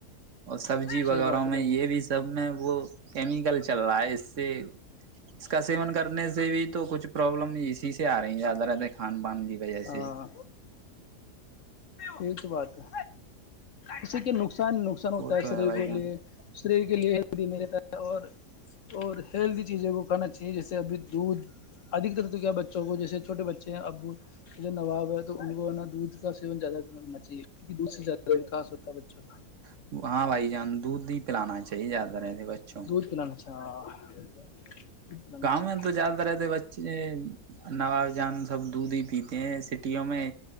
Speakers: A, on the right; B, on the left.
A: اور سبزی وغیرہ
B: صحیح بات
A: میں
B: ہے بھائی
A: یہ
B: جان
A: بھی سب میں وہ کیمیکل چل رہا ہے اس سے اس کا سیون کرنے سے بھی تو کچھ پرابلم اسی سے آ زیادہ رہتے کان پان ج ب
B: ہاں
A: سے
B: یہی تو بات ہے اسے کیا نق نقصان نقصان ہوتا
A: وہ
B: ہے
A: تو
B: شریر
A: بھائی
B: کے
A: جان
B: لیے سری کے لیےی میرے اور اور ہیلدی چیزیں کو کھانا چاہیے جیسے ابھی دودھدھ تر تو کیا ہے بچوں کو جیسے چھوٹے بچے ہیں ابو نواب ہے تو ان کو ہے نا دودھ کا سیون زیادہ کرنا چاہیے کیہ دھ سے زیادہ وکا ہوتا ہے بچوں کا
A: <unintelligible> ہاں بھائی جان دودھ ہی پلانا چاہیے زیادہ رہتے بچوں
B: دودھ
A: کو
B: پلانا <unintelligible>
A: گاؤں
B: چاہیے
A: میں تو زیادہ رہتے بچے نواب جان سب دودھ ہی پیتے ہیں سٹیوں میں